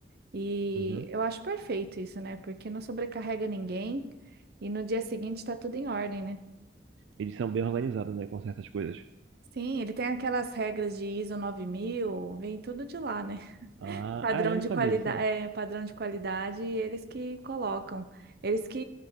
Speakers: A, on the right (about 55°); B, on the right (about 80°).
A: E
B: Uhum.
A: eu acho perfeito isso, né? Porque não sobrecarrega ninguém e no dia seguinte está tudo em ordem, né?
B: Eles são bem organizados, né, com certas coisas.
A: Sim, ele tem aquelas regras de ISO 9000. vem tudo de lá, né?
B: Ah,
A: Padrão
B: ah, eu não
A: de
B: sabia
A: qualidade,
B: disso, não.
A: é, padrão de qualidade, e eles que colocam, eles que